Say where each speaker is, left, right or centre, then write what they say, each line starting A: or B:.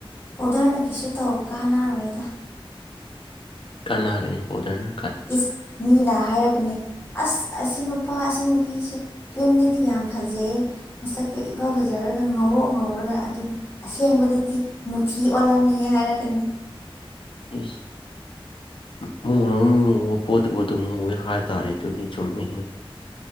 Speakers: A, on the left; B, on the left.
A: ꯄꯣꯙꯔꯅ ꯀꯩꯁꯨ ꯇꯧ ꯀꯥꯅꯅꯥꯔꯣꯏꯗ
B: ꯀꯥꯟꯅꯥꯒꯅꯤ ꯄꯣꯗꯅ
A: ꯏꯁ ꯃꯤꯅ ꯍꯥꯏꯔꯛꯀꯅꯤ ꯑꯁ ꯑꯁꯤ ꯅꯨꯄꯥ ꯑꯁꯤ ꯁꯤ ꯅꯨꯄꯤꯁ ꯐꯤꯂꯝꯗꯗꯤ ꯌꯥꯝ ꯐꯖꯩ ꯃꯁꯛꯀ ꯏꯐ ꯐꯖꯔꯒ ꯉꯧꯔꯣꯛ ꯉꯧꯔꯒ ꯑꯗꯨ ꯑꯗꯨꯒ ꯑꯁꯦꯡꯕꯗꯗꯤ ꯃꯨꯊꯤ ꯑꯣꯜꯂꯝꯃꯦꯍ ꯍꯥꯏꯔꯒꯅꯤ
B: ꯏꯁꯁ ꯃ ꯃ ꯄꯣꯠꯇ ꯄꯣꯠꯇ ꯃꯨ ꯍꯥꯏꯔ ꯇꯥꯔꯦꯗꯨꯒꯤ ꯆꯨꯝꯃꯤꯁꯤ <inaudible>